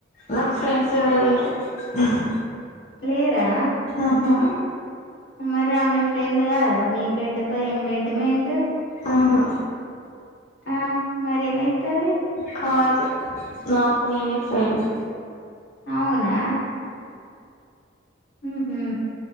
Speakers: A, on the left; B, on the left.
A: నాకు ఫ్రెండ్స్ ఎవరు లేరు హ్మ్
B: లేరా
A: ఆహా
B: మరి ఆమె ఫ్రెండ్ కాదా మీ బెడ్ పై ఏం బెడ్మెంటు
A: ఆహా
B: ఆ మరి ఏమైతాది
A: కాదు నాకు నేనే ఫ్రెండ్
B: అవునా హ్మ్ హ్మ